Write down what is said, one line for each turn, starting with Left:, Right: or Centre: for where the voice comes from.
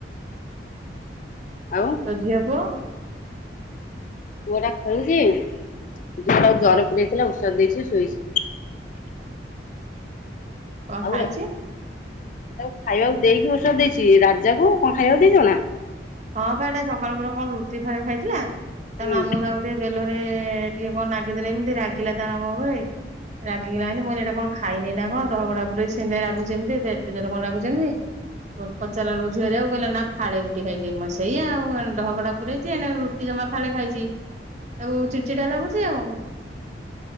Left: ଆଉ?
Right: <unintelligible>
Left: ପୁଅଟା ଖେଳୁଛି ଯଟା ଜର ପଡାଇଥିଲା ଔଷଧ ଦେଇଛି ଶୋଇଛି।
Right: କଣ
Left: ଆଉ
Right: ଖାଇଛି
Left: ତାକୁ ଖାଇବାକୁ ଦେଇକି ଔଷଧ ଦେଇଛି ରାଜାକୁ କଣ ଖାଇବାକୁ ଦେଇଛ ନା?
Right: ହଁ ବାଟା ସକାଳୁ ବଳେ କଣ ରୁଟି ଫାରେ ଖାଇଥିଲା ତା
Left: ହୁଁ
Right: ମାମୁଁ ଯାଉ ଟିକେ ବେଲରେ ଟିକେ କଣ ରାଗିଦେଲେ ଏମିତି ରାଗିଲା ତା ମମ ଉପରେ ରାଗିଗଲାଣି ମୁଁ ଏଇଟା କଣ ଖାଇନି ନା କଣ ଡଗୁଡା ପୁରରେ ସେ ରାଗୁ ଏମିତି ଏତେ ଜୋର କଣ ରାଗୁଛି ଏମତି। ପଚାରା ର ଝିରେ ଆଉ କହିଲା ନା ଫାଡ ରୁଟି ଖାଇଯିବ। ମୁ ସେଇ ଆଉ ଡହଗଡା ପୁରରେଛି ଏ ରୁଟି ଜମା ଫାଳେ ଖାଇଛି। ତା ଚିଚିଟା ଲାଗୁଛି ଆଉ